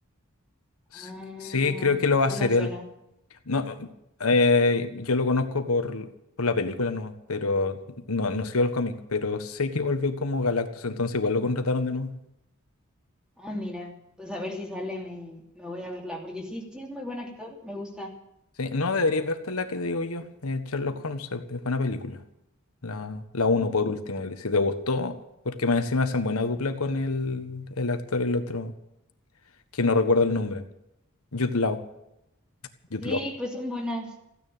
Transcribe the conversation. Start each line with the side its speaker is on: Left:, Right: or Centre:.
Left: S-
Centre: Ah,
Left: Sí, creo que lo va
Centre: no
Left: a hacer
Centre: me suena.
Left: él. No, eh, yo lo conozco por, por la película, no, pero no, no sigo el cómic, pero sé que volvió como Galactus, entonces igual lo contrataron de nuevo.
Centre: Ah, mira, pues a ver si sale, me, me voy a verla, porque sí, sí es muy buen actor, me gusta.
Left: Sí, no, deberías verte la que digo yo, eh, Sherlock Holmes, es es buena película. La, la uno por último, y si te gustó, porque más encima hacen buena dupla con el, el actor, el otro, que no recuerdo el nombre, Jude Law, Jude
Centre: Sí,
Left: Law.
Centre: pues son buenas.